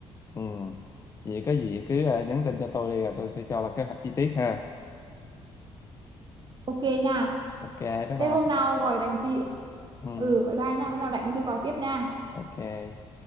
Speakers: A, on the left; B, on the right.
A: Ừ. Vậy có gì cứ à, nhắn tin cho tôi đi rồi tôi sẽ cho bà kế hoạch chi tiết ha.
B: ok nha
A: Ok, bye bye.
B: thế hôm nào gọi đánh chị
A: Ừ.
B: ừ bye bye nha hôm nào đánh tôi gọi tiếp nha
A: Ok.